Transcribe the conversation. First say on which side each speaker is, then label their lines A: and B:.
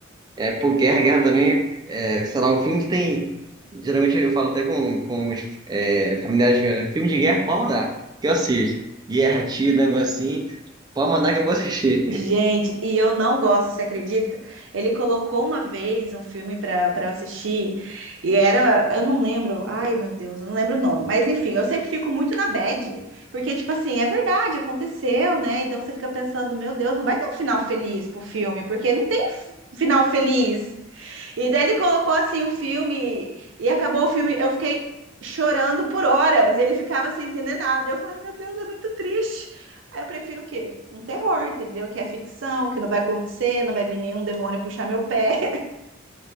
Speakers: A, on the right; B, on the right.
A: É, pô, Guerra, Guerra também, é, sei lá, um filme que tem. Geralmente eu falo até com, com os é, familiares meus, né? Filme de guerra, pode mandar, que eu assisto. Guerra, tiro, negócio assim, pode mandar que eu vou assistir. <laughs>
B: Gente, e eu não gosto, você acredita? Ele colocou uma vez um filme pra, pra eu assistir, e era, eu não lembro, ai meu Deus, eu não lembro o nome, mas enfim, eu sempre fico muito na bad, porque, tipo assim, é verdade, aconteceu, né? Então você fica pensando, meu Deus, não vai ter um final feliz pro filme, porque não tem f- final feliz. E daí ele colocou assim o filme e acabou o filme. Eu fiquei chorando por horas e ele ficava sem entender nada. Eu falei, "Ah, meu Deus, é muito triste. Aí eu prefiro o quê? Um terror, entendeu? Que é ficção, que não vai acontecer, não vai vir nenhum demônio puxar meu pé. <laughs>